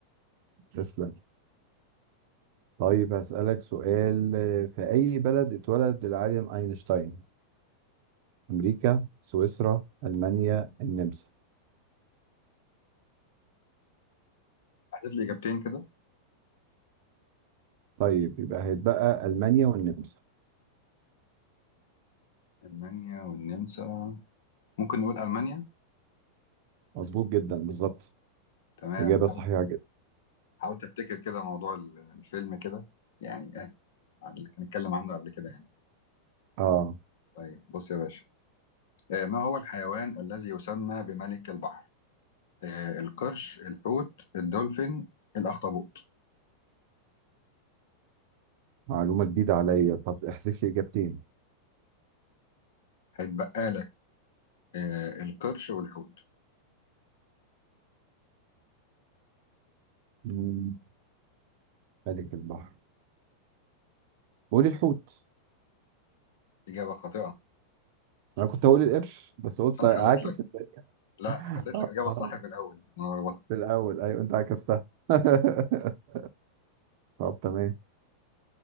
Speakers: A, on the right; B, on the left.
A: تسلم طيب هسألك سؤال في أي بلد اتولد العالم أينشتاين أمريكا سويسرا ألمانيا النمسا
B: هحذف لي إجابتين كده
A: طيب يبقى هيتبقى ألمانيا والنمسا
B: ألمانيا والنمسا ممكن نقول ألمانيا
A: مظبوط جدا بالظبط
B: تمام
A: إجابة صحيحة
B: حاول
A: جدا
B: حاول تفتكر كده موضوع ال- الفيلم كده يعني إيه على اللي كنا نتكلم عنه قبل كده يعني.
A: آه
B: طيب بص يا باشا آه، ما هو الحيوان الذي يسمى بملك البحر؟ آه، القرش، الحوت، الدولفين، الأخطبوط.
A: معلومة جديدة عليا طب احذف لي إجابتين
B: هيتبقى لك آه، القرش والحوت.
A: مم، ملك البحر قولي الحوت
B: إجابة خاطئة.
A: أنا كنت هقول القرش بس قلت
B: أنا
A: أعاكس
B: خليت لك
A: الت-
B: لا
A: <laughs>
B: خليت
A: آه،
B: لك الاجابه
A: آه،
B: الصح في الاول انا غلطت
A: في الأول أيوه أنت عكستها <laughs> طب تمام